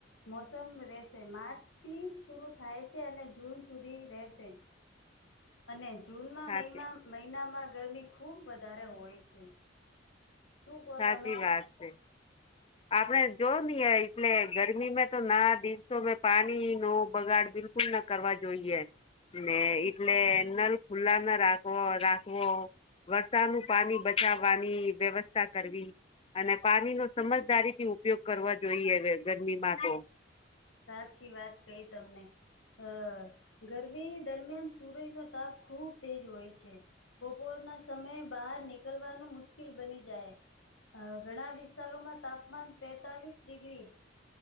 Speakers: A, on the left; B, on the left.
A: મોસમ રહેશે માર્ચ થી શરું થાય છે અને જૂન સુધી રહેશે. અને જ જૂનમાં
B: સાચી
A: મહિમા મહિનામાં ગરમી ખુબ વધારે હોય છે. તું કહો
B: સાચી
A: તમે?
B: વાત <inaudible> આપણે જોવ ની એટલે ગરમી મે તો ના દિવસો પાણી ન બગાડ બિલકુલ પૂર્ણ કરવા જોઈએ. ને એટલે નલ ખુલ્લા ના રાખો રાખવો. વરસાદનું પાણી બચાવવાની વ્યવસ્થા કરવી. અને પાણી નો સમજદારી થી ઉપયોગ કરવા જોઈએ હવે ગરમીમાં તો.
A: સાચી વાત કઈ તમને અ ગરમી દરમિયાન સુરજ ન તાપ ખુબ તેજ હોય છે. બપોરના સમયે બહાર નીકળવાનું મુશ્કેલ બની જાય. ઘણા વિસ્તારોમાં તાપમાન પેતાલીસ ડિગ્રી